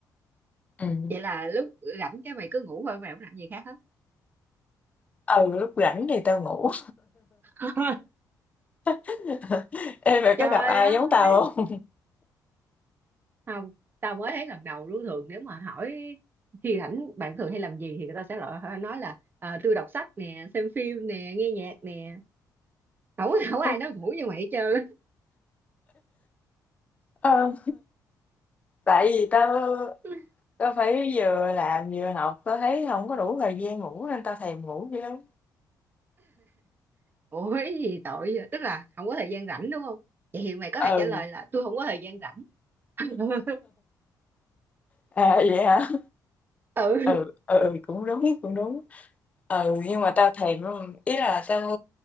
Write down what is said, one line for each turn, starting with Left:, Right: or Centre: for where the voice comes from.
Left: Ừ.
Right: vậy là lúc rảnh cái mày cứ ngủ thôi mày không làm gì khác hết.
Left: Ừ, lúc rảnh thì tao ngủ.
Right: <laughs>
Left: <laughs> Ê, mày có
Right: Trời
Left: gặp ai
Right: ơi
Left: giống tao không?
Right: không tao mới thấy lần đầu luôn thường nếu mà hỏi khi rảnh bạn thường hay làm gì thì người ta sẽ loại nói là à, tôi đọc sách nè xem phim nè nghe nhạc nè không có <laughs>
Left: <laughs>
Right: không có ai nói ngủ như mày hết trơn
Left: Ờ, tại vì tao
Right: <laughs>
Left: Tao phải vừa làm vừa học, tao thấy không có đủ thời gian ngủ nên tao thèm ngủ dữ lắm.
Right: ủa cái gì tội vậy? tức là không có thời gian rảnh đúng không vậy thì mày có thể
Left: Ừ,
Right: trả lời là tôi không có thời gian rảnh <laughs>
Left: à, vậy hả?
Right: ừ
Left: Ừ, ừ, ừ, cũng đúng, cũng đúng. Ừ, nhưng mà tao thèm lắm. Ý là tao